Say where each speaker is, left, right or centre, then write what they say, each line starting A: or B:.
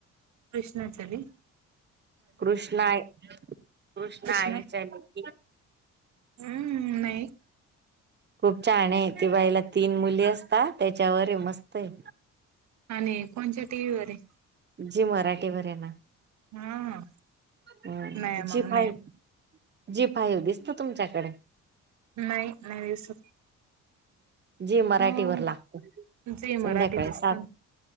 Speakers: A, on the right (about 65°); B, on the right (about 35°).
A: कृष्णाचली.
B: कृष्ण कृष्णईच्या
A: कृष्णा
B: लेकी
A: हम्म नाही.
B: खूप छान आहे ती बाईला तीन मुली असतात त्याच्यावर आहे मस्त आहे.
A: आणि कोणाच्या टी व्हीवर आहे?
B: जी मराठीवर आहे ना
A: हा
B: अ
A: नाही मग
B: जी
A: नाही
B: फई. जी फाई दिसत तुमच्याकडे?
A: नाही नाही दिसत.
B: जी मराठी
A: ह
B: वर लागत
A: झी
B: संध्याकाळी
A: मराठी दिसत
B: सात.
A: ना